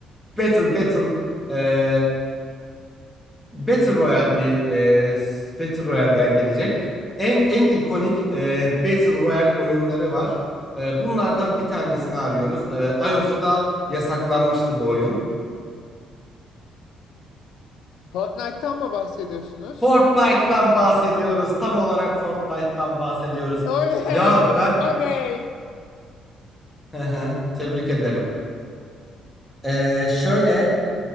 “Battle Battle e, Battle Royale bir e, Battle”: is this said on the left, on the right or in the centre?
Centre